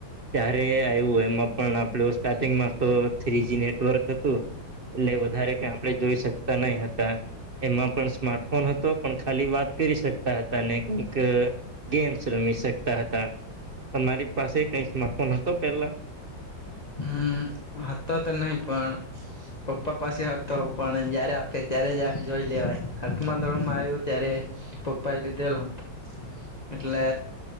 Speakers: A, on the right; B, on the left.
A: ત્યારે આવ્યું એમાં પણ આપડું સ્ટાર્ટિંગમાં તો થ્રીજી નેટવર્ક <unintelligible> એટલે વધારે કઈ આપણે જોઈ શકતા નઈ હતા એમાં પણ સ્માર્ટફોન હતો. પણ ખાલી વાત કરી શકતા હતા ને કઈક ગેમ્સ રમી શકતા હતા. તમારી પાસે કઈ સ્માર્ટ ફોન હતો પેલા
B: હમ હતા તો નહી પણ પપ્પા પાસે હતો પણ જયારે આપે ત્યારે જ આ જોઈ લેવાય આઠમા ધોરણમાં આવ્યો ત્યારે પપ્પા એ લીધેલ હતો એટલે